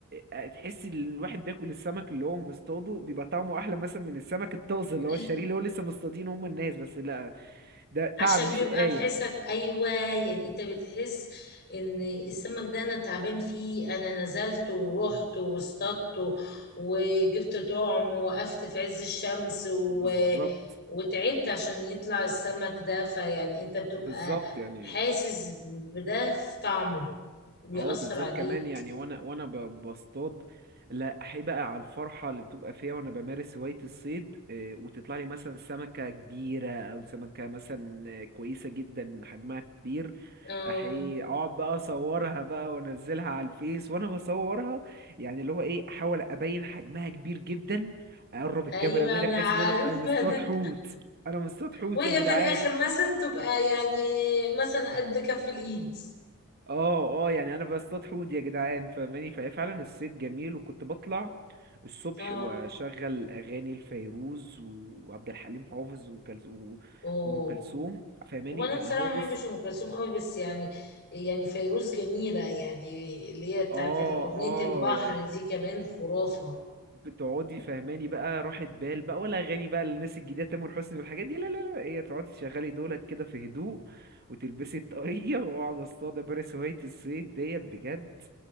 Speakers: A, on the right; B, on the left.
A: آه، تحسي ان الواحد بياكل السمك اللي هو مصطاده بيبقى طعمه احلى مثلا من السمك الطازه اللي
B: ال-
A: هو الشاريه اللي هو لسه مصطادينه هم الناس بس لا ده
B: عشان
A: تعب وشقاية
B: بيبقى تحسك ايوه يعني انت بتحس ان السمك ده انا تعبان فيه انا نزلت ورحت واصطدت و- وجبت طعم ووقفت في عز الشمس و...
A: بالظبط
B: وتعبت عشان يطلع السمك ده فيعني انت بتبقى
A: بالظبط يعني
B: حاسس بده في طعمه بيأثر
A: اه بالذات
B: عليك
A: كمان يعني وانا وانا ب- بصطاد لا احب بقى على الفرحه اللي بتبقى فيها وانا بمارس هوايه الصيد إيه، وتطلع لي مثلا سمكه كبيره او سمكه مثلا آه، كويسه جدا حجمها كبير
B: اه
A: احي اقعد بقى اصورها بقى وانزلها على الفيس وانا بصورها يعني اللي هو ايه احاول ابين حجمها كبير جدا اقرب الكاميرا
B: ايوه
A: مني
B: انا
A: بحيث
B: عارفه
A: ان انا انا مصطاد
B: ده
A: حوت انا مصطاد حوت
B: وهي
A: يا جدعان
B: في الاخر مثلا تبقى يعني مثلا قد كف الايد
A: اه اه يعني انا بصطاد حوت يا جدعان فاهماني فهي فعلا الصيد جميل وكنت بطلع الصبح
B: اه
A: واشغل اغاني الفيروز وعبد الحليم حافظ وكلس... و-
B: اوه
A: وام كلثوم فاهماني
B: هو انا
A: اللي
B: بصراحه
A: هو بص
B: ما بحبش ام كلثوم قوي بس يعني يعني فيروز جميله يعني اللي هي بتاعت
A: اه
B: اغنيه
A: اه
B: البحر دي كمان خرافه
A: بتقعدي فاهماني بقى راحة بال بقى ولا اغاني بقى للناس الجديده تامر حسني والحاجات دي لا لا لا هي تقعدي تشغلي دولت كده في هدوء وتلبسي الطاقية <laughs> واقعد اصطاد امارس هواية الصيد ديت بجد